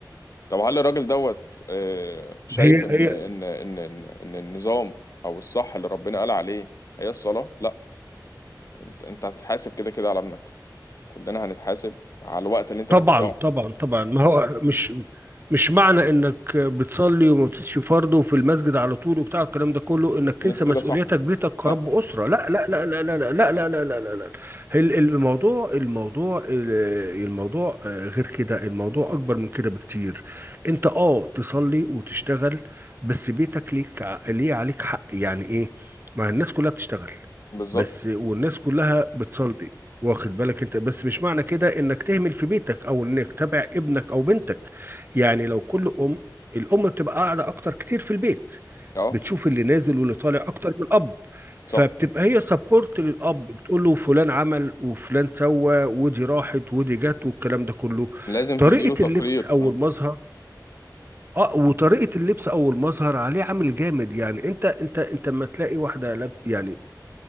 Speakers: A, on the left; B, on the right.
A: طب هل الراجل دوت آه شايف
B: هي
A: ان
B: هي
A: ان ان ان ان النظام او الصح اللي ربنا قال عليه هي الصلاة لا انت انت هتتحاسب كده كده على ابنك كلنا هنتحاسب على الوقت اللي انت
B: طبعا
A: بتضيعه
B: طبعا طبعا ما هو مش مش معنى انك بتصلي وما بتسيش فرض وفي المسجد على طول وبتاع الكلام ده كله انك تنسى
A: اللي انت كده
B: مسؤوليتك
A: صح
B: بيتك كرب
A: لا
B: اسره لا لا لا لا لا لا لا لا لا لا لا لا هل- الموضوع الموضوع الموضوع آه، غير كده الموضوع اكبر من كده بكتير انت اه تصلي وتشتغل بس بيتك ليك ع- ليه عليك حق يعني ايه ما الناس كلها بتشتغل
A: بالظبط
B: بس والناس كلها بتصلي واخد بالك انت بس مش معنى كده انك تهمل في بيتك او انك تبع ابنك او بنتك يعني لو كل ام الام بتبقى قاعده اكتر كتير في البيت
A: اه
B: بتشوف اللي نازل واللي طالع اكتر من الاب فبتبقى
A: صح
B: هي سبورت للاب بتقول له فلان عمل وفلان سوى ودي راحت ودي جت والكلام ده كله
A: لازم
B: طريقه
A: تديله تقرير
B: اللبس او
A: فاهم
B: المظهر اه وطريقه اللبس او المظهر عليه عامل جامد يعني انت انت انت لما تلاقي واحده لاب يعني